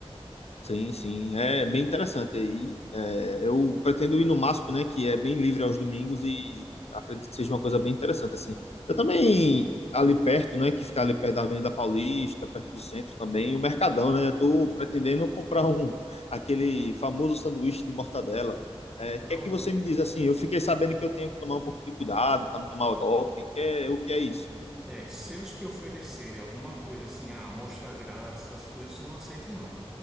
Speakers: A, on the left; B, in the centre.
A: Sim, sim, é bem interessante aí. É, eu pretendo ir no MASP, né, que é bem livre aos domingos e acredito que seja uma coisa bem interessante assim. Eu também ali perto, né, que fica ali perto da Avenida Paulista, perto do centro também, o Mercadão, né? Eu tô pretendendo <laughs> comprar um aquele famoso sanduíche de mortadela. É, o
B: Não
A: que é que você
B: é.
A: me diz assim? Eu fiquei sabendo que eu tenho que tomar um pouco de cuidado para não tomar golpe. Que é, o que é isso?
B: É, se eles te oferecerem alguma coisa assim, ah, amostra grátis, essas coisas, você não aceite, não.